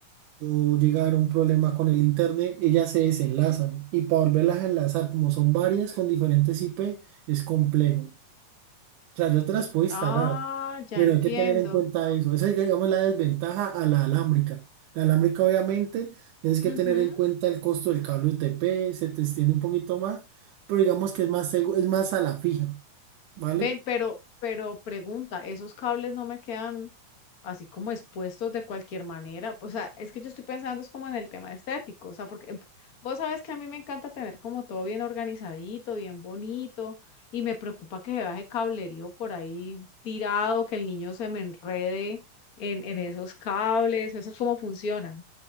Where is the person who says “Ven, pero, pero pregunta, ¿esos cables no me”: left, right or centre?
Left